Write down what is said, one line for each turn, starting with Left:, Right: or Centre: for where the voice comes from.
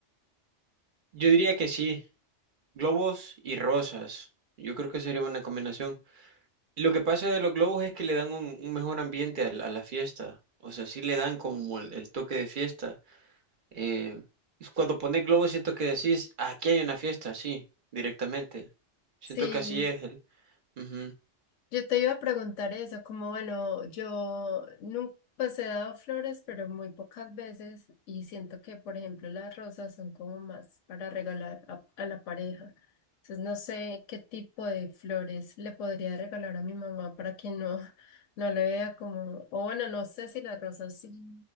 Right: Yo diría que sí, globos y rosas. Yo creo que sería una combinación. Lo que pasa de los globos es que le dan un, un mejor ambiente a la, a la fiesta. O sea, sí le dan como el el toque de fiesta. Eh, es cuando pones globo siento que decís, "Ah, aquí hay una fiesta, sí, directamente. Siento
Left: Sí,
Right: que así es el... ujú.
Left: yo te iba a preguntar eso, como bueno, yo nunca pues he dado flores, pero muy pocas veces y siento que, por ejemplo, las rosas son como más para regalar a, a la pareja. Entonces no sé qué tipo de flores le podría regalar a mi mamá para que no, <laughs> no le vea como, o bueno, no sé si las rosas sí,